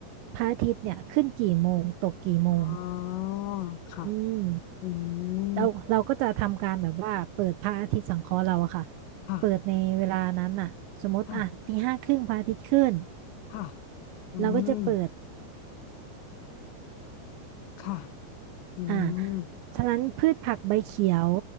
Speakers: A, on the right; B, on the left.
A: พระอาทิตย์เนี่ยขึ้นกี่โมงตกกี่โมง
B: อ๋อค่ะ
A: อืม
B: อืม
A: เราเราก็จะทำการแบบว่าเปิดพระอาทิตย์สังเคราะห์เราอะค่ะ
B: ค่ะ
A: เปิดในเวลานั้นน่ะสมมติอ่ะตีห้าครึ่งพระอาทิตย์ขึ้น
B: ค่ะ ค่ะอืม
A: เราก็จะเปิด
B: ค่ะอื
A: อ่า
B: ม
A: ฉะนั้นพืชผักใบเขียว